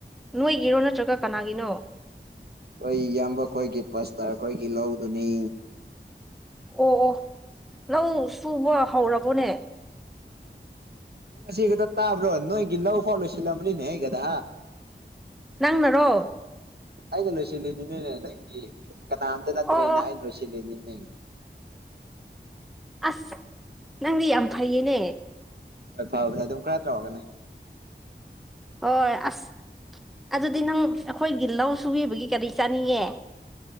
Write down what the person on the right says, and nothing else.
ꯑꯩꯈꯣꯏ ꯏꯌꯥꯝꯕ ꯈꯣꯏꯒꯤ ꯄꯁꯇꯔꯈꯣꯏꯒꯤ ꯂꯧꯗꯨꯅꯤ
ꯑ ꯉꯁꯤꯒꯗ ꯇꯥꯕ꯭ꯔꯣ ꯅꯣꯏꯒꯤ ꯂꯧ ꯐꯥꯎ ꯂꯣꯏꯁꯤꯜꯂꯝꯕꯅꯤꯅꯦ ꯍꯒꯗ
ꯑꯩꯅ ꯂꯣꯏꯁꯤꯜꯂꯤꯅꯤꯅꯦꯅꯦ ꯅꯪꯒꯤ ꯀꯅꯥꯝꯇ ꯅꯠꯇ꯭ꯔꯦꯅ
ꯑꯩꯅ ꯂꯣꯏꯁꯤꯜꯂꯤ ꯎꯝ
ꯍꯣꯏ ꯐꯕꯅꯤ ꯑꯗꯨꯝ ꯈꯔ ꯇꯧꯔꯒꯅꯤ